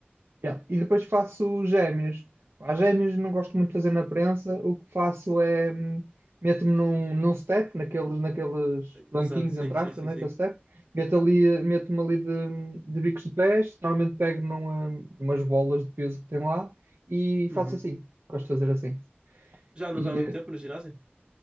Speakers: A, on the right; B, on the right.
A: Yeah. E depois faço gêmeos. As gêmeos não gosto muito de fazer na prensa, o que faço é hum, meto-me num, num step, naqueles, naqueles
B: Exato,
A: banquinhos,
B: sim,
A: entre
B: sim,
A: aspas,
B: sim,
A: naquele
B: sim.
A: step, meto ali, eh, meto-me ali de, de bicos de pés, normalmente pego numa, umas bolas de peso que tem lá e
B: Uhum.
A: faço assim, gosto de fazer assim.
B: Já
A: E,
B: não está há muito
A: eh,
B: tempo no ginásio?